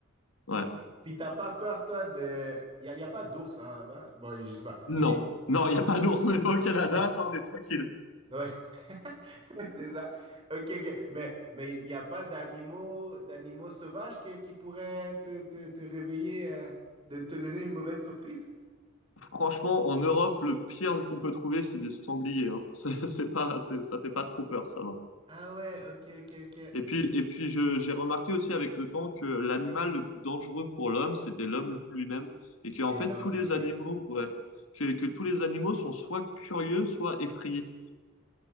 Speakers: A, on the left; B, on the right.
A: Ouais.
B: Puis puis t'as pas peur, toi, de... Il n'y a, y a pas d'ours hein, là-bas. Bon, je sais pas.
A: Non,
B: Mais...
A: non, il n'y a pas d'ours, on n'est pas au Canada,
B: Ah.
A: ça on est tranquille.
B: Ouais. <laughs> C'est ça. OK, OK. Mais mais il n'y a pas d'animaux d'animaux sauvages qui, qui pourraient te, te, te réveiller, euh, de te donner une mauvaise surprise?
A: Franchement, en Europe, le pire qu'on peut trouver, c'est des sangliers. Hein. <laughs> C'est c'est pas, c'est- ça fait pas trop peur, ça va.
B: Ah ouais, OK, OK, OK.
A: Et puis, et puis je, j'ai remarqué aussi avec le temps que l'animal le plus dangereux pour l'homme, c'était l'homme lui-même. Et que,
B: C'est
A: en fait,
B: l'homme,
A: tous les
B: l'humain,
A: animaux,
B: ouais.
A: ouais, que, que tous les animaux sont soit curieux, soit effrayés.